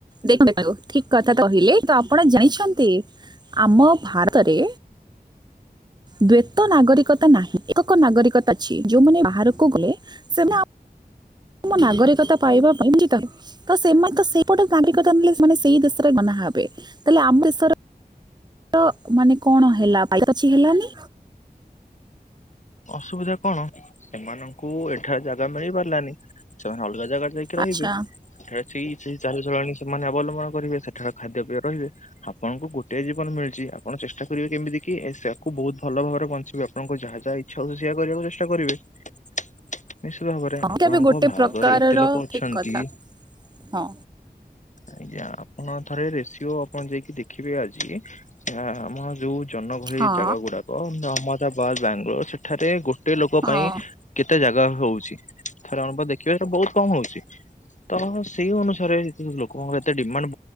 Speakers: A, on the right; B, on the left.
A: ଦେଖନ୍ତୁ ଠିକ କଥା କହିଲେ ତ ଆପଣ ଜାଇଛନ୍ତି ଆମ ଭାରତରେ ଦ୍ଵେତ ନାଗରିକତା ନାହିଁ ଏକକ ନାଗରିକତା ଅଛି ଯୋଉମାନେ ବାହାରକୁ ଗଲେ ସେମାନେ ଆମ ନାଗରିକତା ପାଇବା ପାଇଁ <unintelligible> ତ ସେମାନେ ତ ସେଇପଟେ ନାଗରିକତା ନେଲେ ସେ ସେଇ ଦେଶରେ ମନା ହବେ ତାହେଲେ ଆମ ଦେଶର ମାନେ କଣ ହେଲା ପାଛି ହେଲାନି।
B: ଅସୁବିଧା କଣ କୁ ଏଠାରେ ଜାଗା ମିଳି ପାରିଲାନି ସେମାନେ ଅଲଗା ଜାଗାରେ ଯାଇକି ରହିବେ
A: ଆଚ୍ଛା
B: ଏରେ ସେ ଚଳଣି ସେମାନେ ଅବଲମ୍ବନ କରିବେ ସେଠାରେ ଖାଦ୍ୟପେୟ ରହିବେ। ଆପଣଙ୍କୁ ଗୋଟାଏ ଜୀବନ ମିଳିଚି ଆପଣ ଚେଷ୍ଟା କରିବେ କେମିତି କି ସେୟକୁ ବୋହୁତ ଭଲ ଭାବରେ ବଞ୍ଚିବେ ଆପଣଙ୍କୁ ଯାହା ଯାହା ଇଛା ହଉଚି ସେୟା କରିବାକୁ ଚେଷ୍ଟା କରିବେ। ନିଶ୍ଚିତ ଭାବରେ
A: ହଁ ଏଇଟା
B: ଆପଣଙ୍କ
A: ବି ଗୋଟେ
B: ଭାରତରେ
A: ପ୍ରକାରର
B: ଏତେ ଲୋକ ଅଛନ୍ତି।
A: ଠିକ କଥା ହଁ
B: ଆଜ୍ଞା ଆପଣ ଥରେ ରେସିଓ ଆପଣ ଯାଇକି ଦେଖିବେ ଆଜି ହାଁ ଆମ ଯୋଉ ଜନଗହଳି
A: ହଁ
B: ଜାଗା ଗୁଡାକ ଅହମ୍ମଦାବାଦ ବାଙ୍ଗାଲୋର ସେଠାରେ ଗୋଟେ ଲୋକ
A: ହଁ
B: ପାଇଁ କେତେ ଜାଗା ହୋଉଚି ଥରେ ଅନୁଭ ଦେଖିବେତ ବୋହୁତ କମ ହୋଉଚି। ତ ସେଇ ଅନୁସାରେ ଲୋକଙ୍କର ଏତେ ଡିମାଣ୍ଡ